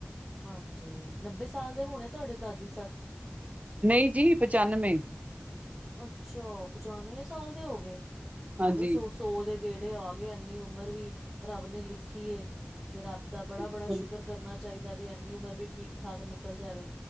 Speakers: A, in the centre; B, on the right.
A: ਹਾਂਜੀ, ਨੱਬੇ ਸਾਲ ਦੇ ਹੋਣੇ ਤੁਹਾਡੇ ਦਾਦੀ ਸੱਸ?
B: ਨਹੀਂ ਜੀ, ਪਚਾਨਵੇਂ।
A: ਅੱਛਾ! ਪਚਾਨਵੇਂ ਸਾਲ ਦੇ ਹੋ ਗਏ
B: ਹਾਂਜੀ
A: ਚਲੋ, ਸੋ ਸੌ ਸੋ ਦੇ ਗੇੜੇ ਆ ਗਏ ਏਨੀ ਉਮਰ ਵੀ ਰੱਬ ਨੇ ਲਿਖੀ ਏ, ਤੇ ਰੱਬ ਦਾ ਬੜਾ-
B: ਬਿਲਕੁਲ
A: ਬੜਾ ਸ਼ੁਕਰ ਕਰਨਾ ਚਾਹੀਦਾ ਵੀ, ਏਨੀ ਉਮਰ ਵੀ ਠੀਕ- ਠਾਕ ਨਿਕਲ ਜਾਵੇ।